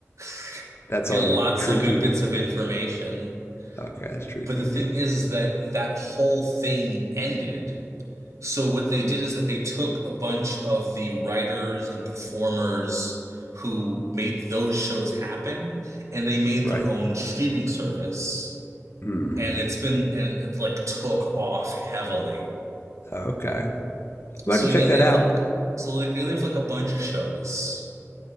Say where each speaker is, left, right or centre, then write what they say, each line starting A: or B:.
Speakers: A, on the right; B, on the left.
A: <laughs>
B: that's
A: Get
B: on
A: lots
B: True
A: of good
B: TV.
A: bits of information.
B: Okay, it's True
A: But
B: TV.
A: the thing is, is that that whole thing ended. So what they did is that they took a bunch of the writers and performers who made those shows happen, and they made
B: Right.
A: their own streaming service.
B: Hmm.
A: And it's been and it like took off heavily.
B: Okay. I'm about
A: So
B: to
A: yeah,
B: check
A: they
B: that
A: have
B: out.
A: like so like they have like a bunch of shows.